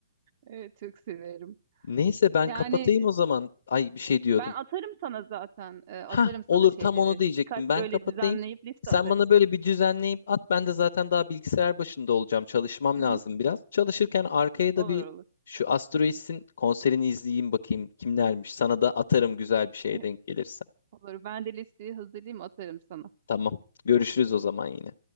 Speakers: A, on the right (about 45°); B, on the left (about 60°).
A: Evet, çok severim.
B: Neyse ben
A: Yani
B: kapatayım
A: e,
B: o zaman. Ay bir şey diyordun.
A: ben atarım sana zaten. e, atarım
B: Ha
A: sana
B: olur
A: şeyleri.
B: tam onu diyecektim.
A: Birkaç böyle
B: Ben kapatayım.
A: düzenleyip liste
B: Sen
A: atarım.
B: bana böyle bir düzenleyip at. Ben de zaten daha bilgisayar başında olacağım. Çalışmam
A: Hı
B: lazım
A: hı.
B: biraz. Çalışırken arkaya da
A: Olur
B: bir
A: olur.
B: şu Asteroids'in konserini izleyeyim bakayım kimlermiş. Sana da atarım güzel bir şeye
A: <laughs>
B: denk gelirse.
A: Olur. Ben de listeyi hazırlayayım atarım sana.
B: Tamam. Görüşürüz o zaman yine.